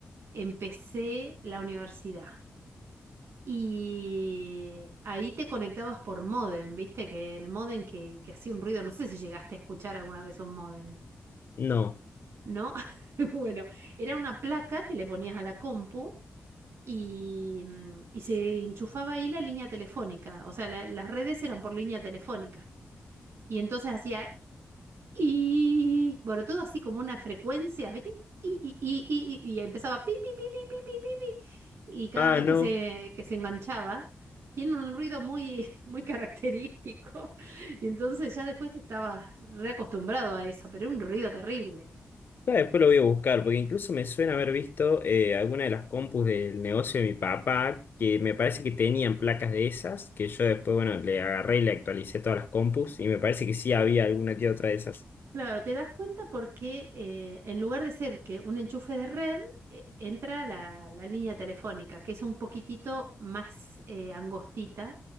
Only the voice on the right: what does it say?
empecé la universidad y ahí te conectabas por módem, viste que el módem que, que hacía un ruido, no sé si llegaste a escuchar alguna vez un módem,
¿no? <laughs> Bueno, era una placa que le ponías a la compu y, mm, y se enchufaba ahí la línea telefónica, o sea, la- las redes eran por línea telefónica. Y entonces hacía Y bueno, todo así como una frecuencia, ¿viste? Y, y, y, y, y, y empezaba pi, pi, pi, pi, pi, pi, pi, pi. Y cada
vez
que se, que se enganchaba, tiene un ruido muy, <laughs> muy característico. Y entonces ya después te estabas reacostumbrado a eso, pero era un ruido terrible.
Claro, te das cuenta porque eh, en lugar de ser que un enchufe de red, eh, entra la, la línea telefónica, que es un poquitito más eh, angostita